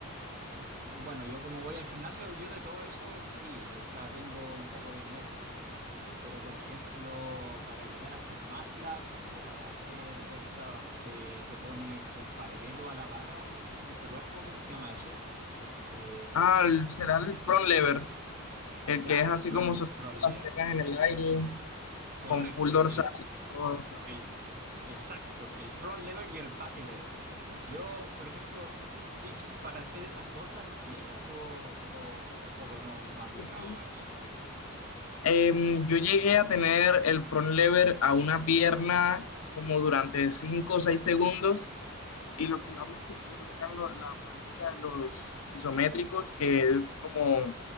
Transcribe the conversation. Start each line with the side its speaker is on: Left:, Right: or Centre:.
Right: yo- bueno, yo como voy al gimnasio, yo de todo eso sí, o sea, tengo un poco de nivel. Pero, por ejemplo, para llegar a ser MATLAB o para hacer de estos que te pones en paralelo a la barra, así con tu cuerpo, ¿cómo se llama eso? Eh,
Left: Ah, el- será el front lever, el
Right: claro,
Left: que es así
Right: el front,
Left: como sosteniendo
Right: front lever.
Left: las piernas en el aire,
Right: Correcto,
Left: con full dorsal
Right: el,
Left: y todo eso.
Right: el, exacto, el front lever y el back lever. Yo, por ejemplo, ¿tips para hacer esas cosas tienes o, o, o tampoco no, no has llegado
Left: Sí, sí.
Right: a eso?
Left: Em, yo llegué a tener el front lever a una pierna como durante 5 o 6 segundos y lo que más me sirvió era lo- la práctica de los isométricos, que es como